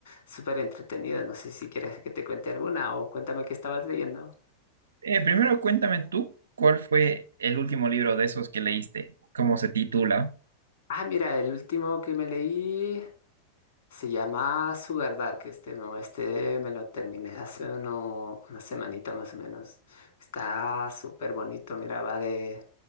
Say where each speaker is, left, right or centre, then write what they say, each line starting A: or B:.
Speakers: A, on the left; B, on the right.
A: súper entretenidas. No sé si quieres que te cuente alguna o cuéntame qué estabas leyendo.
B: Eh, primero cuéntame tú, ¿cuál fue el último libro de esos que leíste? ¿Cómo se titula?
A: Ah, mira, el último que me leí. Se llama Sugar Dark este, ¿no? Este me lo terminé hace uno, una semanita más o menos. Está súper bonito, mira, va de,